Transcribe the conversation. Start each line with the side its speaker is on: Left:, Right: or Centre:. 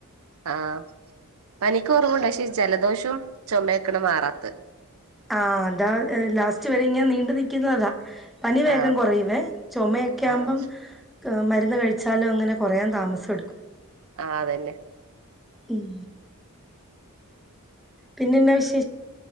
Right: ആഹ് പനിക്ക് കുറവുണ്ട് പക്ഷേ ജലദോഷവും ചുമയക്കണ മാറാത്തത്
Centre: ആഹ് അതാ ലാസ്റ്റ് വരെ ഇങ്ങ് നീണ്ടു നിൽക്കുന്നതാ പനി വേഗം
Right: ആഹ്
Centre: കുറയുവേ ചുമയൊക്കെ ആവുമ്പം
Right: ആഹ്
Centre: മരുന്ന് കഴിച്ചാലും അങ്ങനെ കൊറയാൻ താമസടുക്കും
Right: ആഹ് അതെന്നെ
Centre: ഉം പിന്നന്നാ വിഷേശം